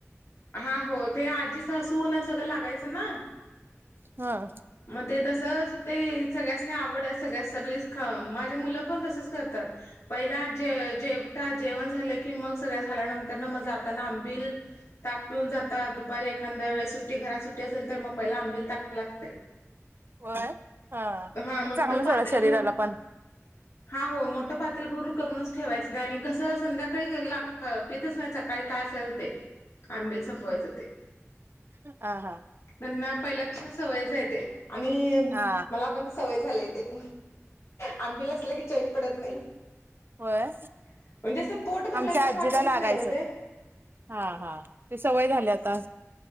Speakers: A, on the left; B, on the right.
A: हा हो ते आजीच हसू ना सगळं लागायचं ना
B: ह.
A: मग ते तसंच ते सगळ्यासनी आवडत सगळ्या सगळीच ख माझे मुलं पण तसच करतात पहिला जे जेवता जेवण झालं की मग सगळ झाल्यानंतर ना मज आताना आंबिल ताक पिऊन जात दुपारी एखाददा वेळ सुट्टी घरात सुट्टी असेल तर मग पहिला आंबि ता लागतेय
B: होय हा
A: हा
B: ते
A: मोठं
B: चांगलं
A: पातेल
B: ोड शरीराला
A: भरून
B: पण
A: हा हो मोठं पातील भरून करूनच ठेवायच नाही आणि कसं संध्याकाळी ग पेतच नाही सकाळी काय असेल ते आंबि संपवायच ते
B: ह हा
A: त्यांना पहिल्यापासून सवयच येते आणि
B: हा.
A: मला पण सवय झाली येते आंबीलासला की चॉईन पडत नाही
B: होय
A: म्हणजे असं पोट भरल्यासारखं
B: आमच्या आजीला
A: वाटतच
B: लागायचं
A: नाही हो ते
B: हा हा ते सवय झाले आता